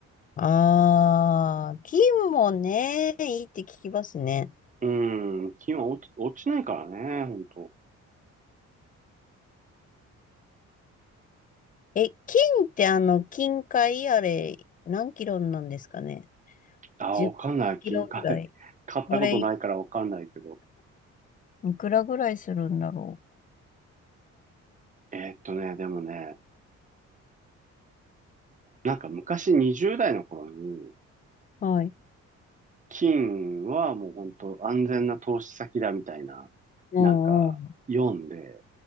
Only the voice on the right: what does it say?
うん。金は落ち、落ちないからね、ほんと。
あー、
わかんない。
金買い。<laughs> 買ったことないからわかんないけど。
えーっとね、でもね、なんか昔20代の頃に、
金はもうほんと安全な投資先だみたいな、
なんか読んで、